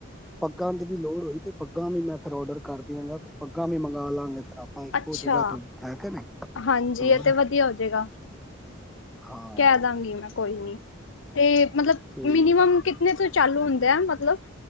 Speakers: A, in the centre; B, on the left (about 70°).
A: ਪੱਗਾਂ ਦੀ, ਵੀ ਲੋੜ ਹੋਈ, ਤੇ ਪੱਗਾਂ ਵੀ ਮੈਂ ਫਿਰ ਔਡਰ ਕਰ ਦਿਆਂਗਾ, ਫਿਰ ਪੱਗਾਂ ਵੀ, ਮੰਗਵਾ ਲਵਾਂਗੇ ਫਿਰ ਆਪ ਹਾਂ, ਇੱਕੋ
B: ਅੱਛਾ
A: ਜਗ੍ਹਾ ਤੋਂ, ਹੈ ਕੀ ਨਹੀ
B: ਹਾਂਜੀ
A: ਹੋਰ
B: ਇਹ ਤੇ ਵਧੀਆ ਹੋ ਜਾਏਗਾ
A: ਹਾਂ
B: ਕਹਿ ਦਵਾਂਗੀ ਮੈਂ ਕੋਈ ਨੀ, ਤੇ ਮਤਲਬ
A: ਤੇ
B: ਮਿਨੀਮਮ ਕਿਤਨੇ ਤੋਂ, ਚਾਲੂ ਹੁੰਦਾ ਆ ਮਤ ਮਤਲਬ,